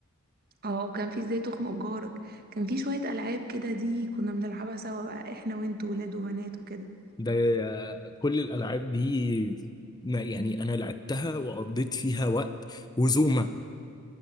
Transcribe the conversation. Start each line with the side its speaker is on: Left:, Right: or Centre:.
Right: اه وكان في ازاي تخنق جارك كان في شويه العاب كده دي كنا بنلعبها سوا بقى احنا وانت ولاد وبنات وكده
Left: ده كل الالعاب دي ما يعني انا لعبتها وقضيت فيها وقت وزوما